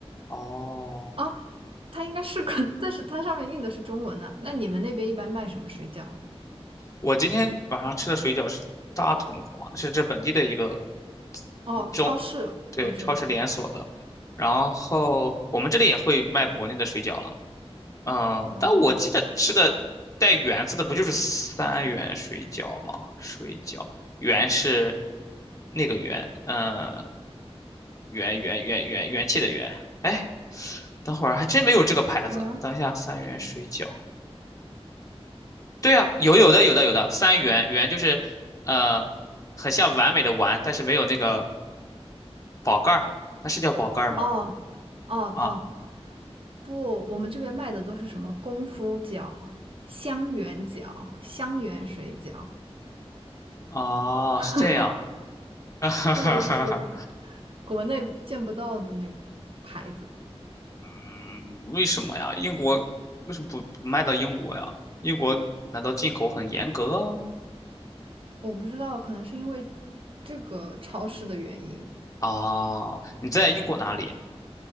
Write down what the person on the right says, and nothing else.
啊，它应该是个，<laughs> 但是它上面印的是中文啊。那你们那边一般卖什么水饺啊？
哦，
超市，
我知道。
哦，
嗯。
哦哦哦，
不，我们这边卖的都是什么功夫饺、香圆饺、香圆水饺，
<laughs>
对，
就是国内见不到的那个牌子。
我不知道，可能是因为这个超市的原因。